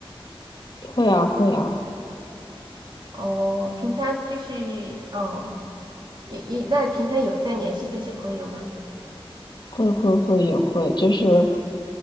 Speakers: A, on the left; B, on the right.
A: 会啊会啊，
B: 哦，平常就是哦，也也那平常有在联系这些朋友吗？
A: 会会会也会，就是。